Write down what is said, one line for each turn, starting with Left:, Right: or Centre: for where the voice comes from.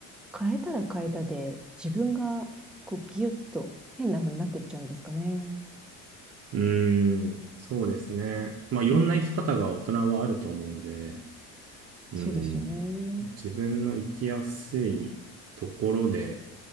Centre: 変えたら変えたで、自分がこうギュッと変な風になってっちゃうんですかね。
Right: う。うーん、そうですね。まあいろんな生き方が大人はあると思うんで、
Centre: うん。
Right: うん、
Centre: そうですね。
Right: 自分の生きやすいところで、